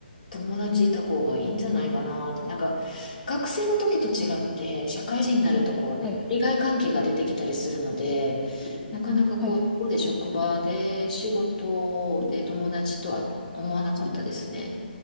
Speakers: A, on the left; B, in the centre.
A: 友達いた方がいいんじゃないかなって。なんか、学生の時と違って、社会人になるとこうね、
B: はい。
A: 利害関係が出てきたりするので、なかなかこう、
B: はい。
A: ここで職場で仕事で友達とは思わなかったですね。